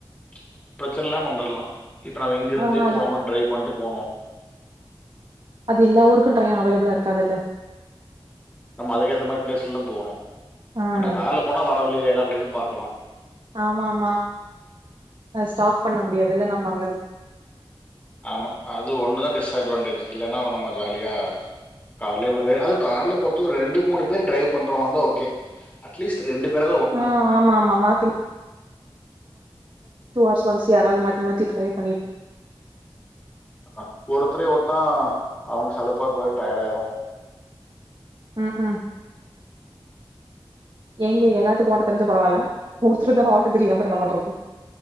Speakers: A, on the left (about 15°); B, on the right (about 55°).
A: ச்ச் ப்ரெச்சனில்லாம் வந்துர்லா இப்ப நம்ம இங்கிருந்தே
B: ஆ அது
A: போனோமா ட்ரைவ் பன்ட்டு போனோ
B: அது எல்லா ஊருக்கு ட்ரெய்ன் அவைலபிளா இர்க்காதுல
A: நம்ம அதுக்கேத்த மாதிரி பிளேஸ்ல தான் போகனும்
B: ம்
A: என்ன கார்ல போனா வர எல்லா பிளேஸும் பாக்கலாம்
B: ஆமா ஆமா ஸ்டாப் பண்ண முடியாதுல்ல நம்ம அங்க
A: ஆமா அது ஒண்ணுதான் டிஸ் அட்வான்டேஜ் இல்லேன்னா நம்ம ஜாலியா கார்லே அதுவும் கார்ல போறதுக்கு ரெண்டு மூணு பேர் ட்ரை பண்ற மாதிரி இருந்தா ஓகே அட்லீஸ் ரெண்டு பேராவது ஓட்டணும்
B: ஆஹ் ஆமா ஆமா மாத்தி மா ஆஸ் ஒன்ஸ் ஒன்ஸ்யாராவது மாத்தி மாத்தி ட்ரை பண்ண
A: அப்ப ஒருத்தரே ஹாங் அவங்க சலுப்பா போய்ட்டு டயர்ட ஆயிரும்
B: உ உம் எங்க எல்லாத்துக்கு ஓட்ட தெரிஞ்சா பரவாயில் ஒருத்தருக்கு தானே ஓட்ட தெரியும்வேற என்ன பண்றது